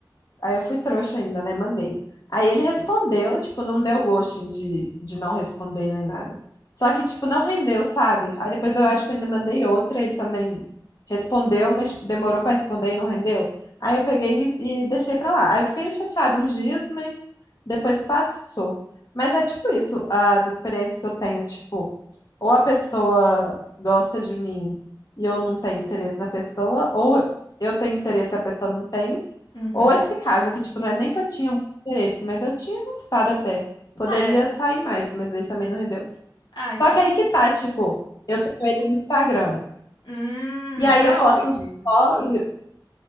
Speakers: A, on the left; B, on the left.
A: Aí eu fui trouxa ainda, né? Mandei. Aí ele respondeu, tipo, não deu gosto de, de não responder nem nada. Só que, tipo, não rendeu, sabe? Aí depois eu
B: Uhum,
A: acho que eu ainda mandei outra, ele também respondeu, mas, tipo, demorou pra responder e não rendeu. Aí eu peguei e, e deixei pra lá. Aí eu fiquei chateada uns dias, mas depois passou. Mas é tipo isso, as experiências que eu tenho, tipo, ou a pessoa gosta de mim e eu não tenho interesse na pessoa, ou eu tenho interesse e a pessoa não tem.
B: uhum.
A: Ou esse caso, que, tipo, não é nem que eu tinha muito interesse, mas eu tinha gostado até. Poderia
B: Ah, é.
A: sair mais, mas ele também não rendeu.
B: Ah, então.
A: Só que aí que tá, tipo, eu tô com ele no Instagram.
B: Hum,
A: E aí
B: até
A: eu posto
B: hoje.
A: uns stories.